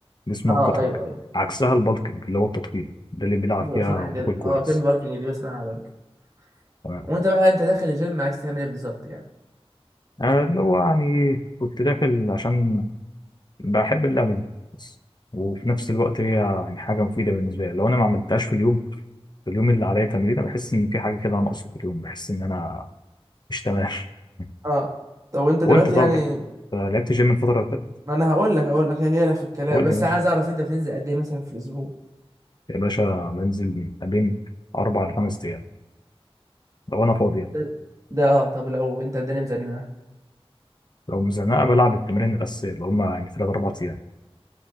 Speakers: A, on the left; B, on the right.
A: دي اسمها
B: اه
A: كاتنج
B: ايوه ايوه
A: عكسها البالكنج اللي هو التطويل ده اللي بيلعب
B: ايوه
A: فيها
B: صح
A: وبياكل
B: كده
A: كويس
B: اه كلمه بالكنج دي بسمعها برضه
A: تمام
B: وانت بقى انت داخل الجيم عايز تعمل ايه بالظبط يعني
A: آه، اللي هو يعني كنت داخل عشان بحب اللعبة دي بس وفي نفس الوقت هي يعني حاجة مفيدة بالنسبة لي لو أنا ما عملتهاش في اليوم في اليوم اللي عليا تمرين أنا بحس إن في حاجة كده ناقصة في اليوم بحس إن أنا مش تمام <laughs>
B: اه طب وانت دلوقتي
A: وأنت طب
B: يعني
A: آه، لعبت جيم الفترة اللي فاتت
B: ما انا هقول لك هقول لك هي لك في الكلام
A: قول
B: بس
A: لي ماشي
B: انا عايز اعرف انت بتنزل قد ايه مثلا في الاسبوع
A: يا باشا بنزل من ما بين أربع لخمس أيام لو أنا فاضي
B: ده ده اه طب لو انت الدنيا مزنقه
A: لو مزنقة بلعب التمرين الأساسية اللي هما يعني تلات أربع أيام